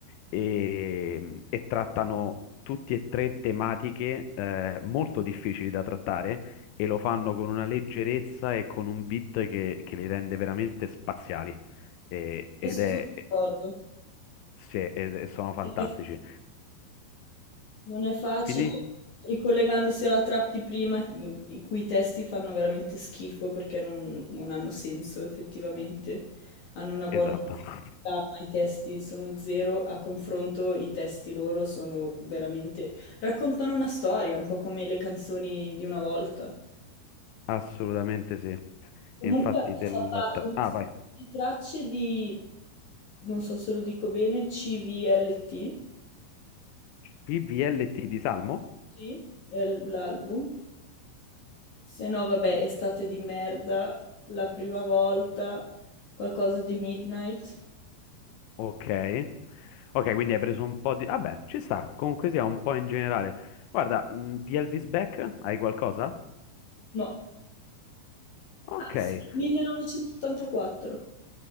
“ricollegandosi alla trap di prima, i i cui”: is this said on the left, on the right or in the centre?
Left